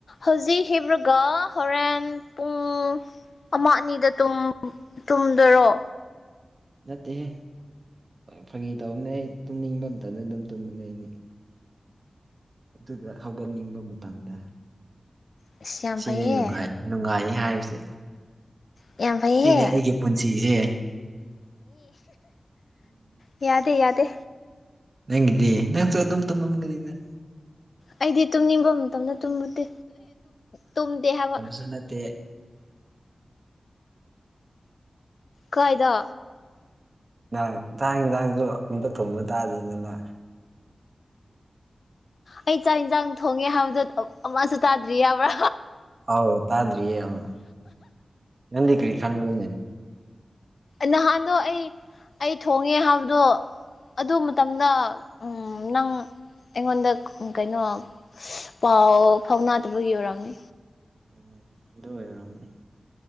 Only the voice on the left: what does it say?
ꯍꯧꯖꯤꯛ ꯍꯤꯕ꯭ꯔꯒ ꯍꯣꯔꯦꯟ ꯄꯨꯡ ꯑꯃ ꯑꯅꯤꯗ ꯇꯨꯝꯗꯔꯣ
ꯑꯁ ꯌꯥꯝ
ꯐꯩꯍꯦ
ꯌꯥꯝ ꯐꯩꯍꯦ
ꯏ ꯌꯥꯗꯦ ꯌꯥꯗꯦ
ꯑꯩꯗꯤ ꯇꯨꯝꯅꯤꯡꯕ ꯃꯇꯝꯗ ꯇꯨꯝꯃꯨꯗꯦ ꯇꯨꯝꯗꯦ ꯍꯥꯏꯕ
ꯀꯥꯏꯗ
ꯑꯩ ꯆꯥꯛ ꯌꯦꯟꯁꯥꯡ ꯊꯣꯡꯉꯦ ꯍꯥꯏꯕꯗꯣ ꯑꯃꯁꯨ ꯇꯥꯗ꯭ꯔꯤ ꯌꯥꯕ꯭ꯔꯥ
ꯅꯍꯥꯟꯗꯣ ꯑꯩ ꯑꯩ ꯊꯣꯡꯉꯦ ꯍꯥꯏꯕꯗꯣ ꯑꯗꯨ ꯃꯇꯝꯗ ꯅꯪ ꯑꯩꯉꯣꯟꯗ ꯀꯩꯅꯣ ꯄꯥꯎ ꯐꯥꯎꯅꯗꯕꯒꯤ ꯑꯣꯏꯔꯝꯅꯤ